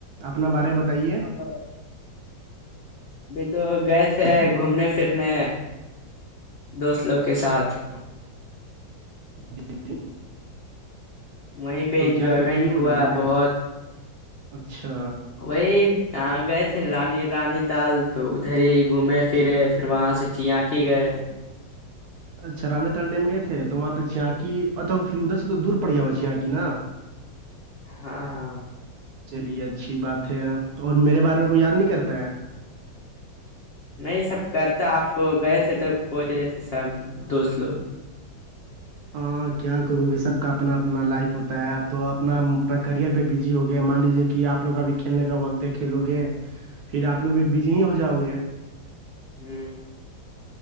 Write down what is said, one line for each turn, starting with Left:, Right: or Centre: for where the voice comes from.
Right: اپنا بارے میں بتائیے
Left: مط ابھی تو گئے تھے گھومنے پھرنے دوست لوگ کے ساتھ
Right: جی جی
Left: وہیں پہ
Right: تو
Left: انجوائمنٹ
Right: کیا کیا کیے ادھر
Left: ہوا
Right: جا کر
Left: بہت
Right: اچھا
Left: وہی یہاں گئے تھے رانی رانی تال تو ادھر ہی گھومے پھرے پھر وہاں سے چیا کی گئے
Right: اچھا رانی تال ڈیم گئے تھے تو وہاں پہ چانکی پھر ادھر سے تو دور پڑ گیا ہوا چی کی نا <inaudible>
Left: ہاں ہاں
Right: چلیے اچھی بات ہے اور میرے بارے میں کوئی یاد نہیں کرتا ہے
Left: نہیں سب کرتا آپ کو گئے تھے تو کھوج رہے تھے سب دوست لوگ
Right: ہاں کیا کرو گے سب کا اپنا اپنا لائف ہوتا ہے اپ تو اپنا کریئر پہ بزی ہو گیا مان لیجیے کہ کہ آپ لوگ ابھی کھیلنے کا وقت ہے کھیلو گے پھر آپ لوگ بھی بزی ہی ہو جاؤ گے
Left: ہوں